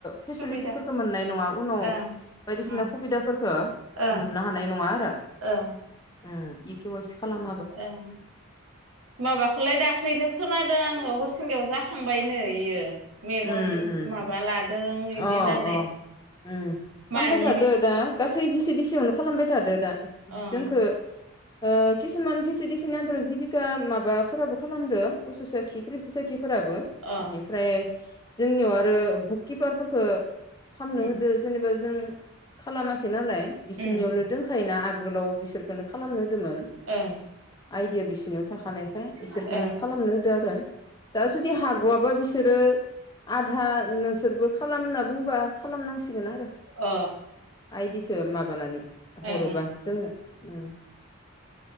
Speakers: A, on the left; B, on the right.
A: फेसिलिटिफोरखो
B: सुबिदा
A: मोननाय नङा। <unintelligible>
B: ओं
A: बायदिसिना
B: ओं
A: खुबिदाफोरखो
B: ओं
A: मोननो हानाय नङा आरो।
B: ओं
A: उ <unintelligible> केवाइसि खालाम
B: ओं माबा खौलाय दाख्लैनो खोनादों आङो हरसिंगायाव जाखांबायनो इयो। मेगन
A: उम उम
B: माबा लादों इदि
A: अ
B: होननानै
A: अ उम खामबाय
B: मानि
A: थादो
B: बे
A: दा गासै भिसि डिसियावनो खालामबाय थादो दा
B: ओं
A: जोंखो ओ किसुमान भिसि डिसि नि आन्दाराव जिबिका माबाफोराबो खालामदो उसु साखि क्रिसि साखिफोराबो इनिफ्राय
B: अ
A: जोंनियाव आरो बुककिपार फोरखो खामनो
B: उम
A: होदो जेनेबा जों खालामाखै नालाय बिसोरनियावनो
B: उम
A: दोंखायोना आगोलाव बि इसोरखोनो खालामनो होदोंमोन
B: ए
A: आइदिया बिसिनियाव थाखानायखाय इसोरखौनो
B: ओं अ
A: खालामनो होदो आरो दा जुदि हाग'वाबा बिस सोरो आधा नोंसोरबो खालाम होनना बुंबा खालामनांसिगोन आरो
B: अ
A: आइदिखो माबानानै हरोबा
B: ओं
A: जोंनो ओम।